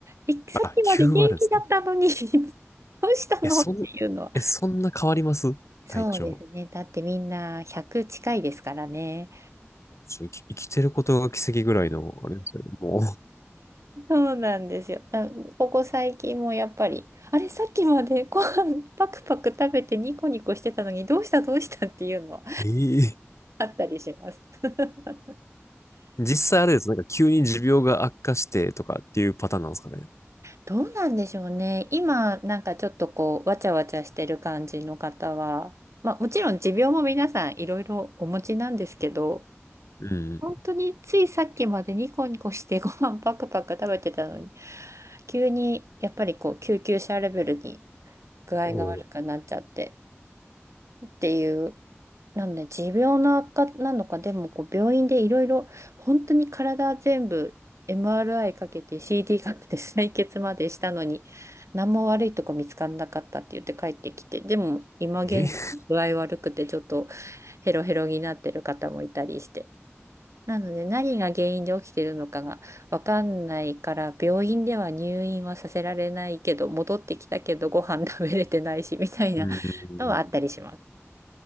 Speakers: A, on the right (about 85°); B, on the left (about 85°).
A: え、さっきまで元気だったのに
B: あ、9割ですね。
A: <laughs> どうしたのっていうのは。
B: え、そん、え、そんな変わります体調。
A: そうですね。だってみんな100近いですからね。
B: ちょ生き、生きてることが奇跡ぐらいの、あれですよね。もう、
A: そうなんですよ。あここ最近もやっぱり、あれ、さっきまでご飯パクパク食べてニコニコしてたのに、どうしたどうしたっていうのは
B: <laughs> ええ
A: あったりします。<laughs>
B: 実際あれです。なんか急に持病が悪化してとかっていうパターンなんですかね。
A: どうなんでしょうね。今、なんかちょっとこう、わちゃわちゃしてる感じの方は、まあもちろん持病も皆さんいろいろお持ちなんですけど、
B: うん。
A: 本当についさっきまでニコニコしてご飯パクパク食べてたのに、急にやっぱりこう、救急車レベルに具合が悪くなっちゃって
B: おう
A: っていうなので、持病の悪化なのか、でもこう病院でいろいろ、本当に体全部 MRI かけて CD かけて採血までしたのに、何も悪いとこ見つからなかったって言って帰ってきて、でも今現在具合悪くてちょっと
B: え
A: ヘロヘロになってる方もいたりして。なので、何が原因で起きてるのかがわかんないから、病院では入院はさせられないけど、戻ってきたけどご飯食べれてないし、みたいな
B: うん。
A: のはあったりします。